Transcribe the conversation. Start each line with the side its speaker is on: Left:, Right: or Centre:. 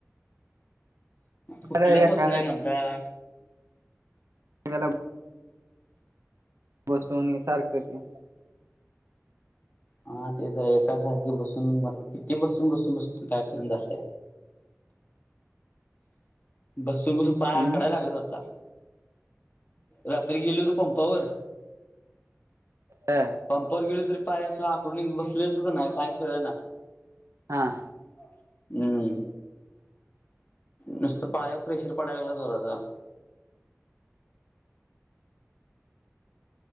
Right: अरे
Left: कुठला बसून
Right: एका
Left: आहे म्हणता.
Right: <unintelligible> बसवून सारखं
Left: हा ते तर एकासारखे बसून मला किती बसून बसून बसतो काय पर्यंत झाल्या. बसून बसून पाय
Right: हम्म
Left: आकडायला लागले आता रात्री गेली तू पंपावर
Right: हा.
Left: पंपवर गेल तरी पाय अस आकडून बसलेच नाही काय कळ ना.
Right: हा
Left: हम्म. नुसतं पायावर प्रेशर पडायला लागलाच जोराचं